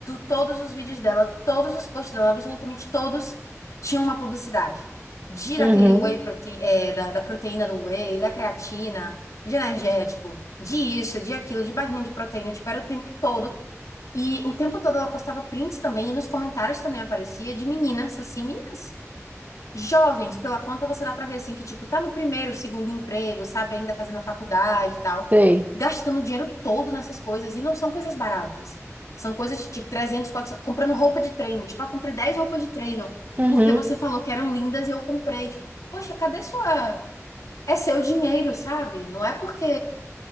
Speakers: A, on the left; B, on the right.
A: todos os vídeos dela, todos os posts dela, absolutamente todos tinham uma publicidade. De
B: Uhum,
A: daquele whey protein, é, da, da proteína do whey, da creatina, de energético, de isso, de aquilo, de barrinha de proteína, tipo, era o tempo todo e o tempo todo ela postava prints também, e nos comentários também aparecia de meninas, assim, meninas jovens, pela conta você dá pra ver, assim, que, tipo, tá no primeiro, segundo emprego, sabe, ainda fazendo a faculdade e tal,
B: sei.
A: gastando dinheiro todo nessas coisas, e não são coisas baratas. São coisas de, tipo, 300 400, comprando roupa de treino, tipo, ah, comprei 10 roupas de treino,
B: Uhum.
A: porque você falou que eram lindas e eu comprei, tipo, poxa, cadê sua... É seu dinheiro, sabe? Não é porque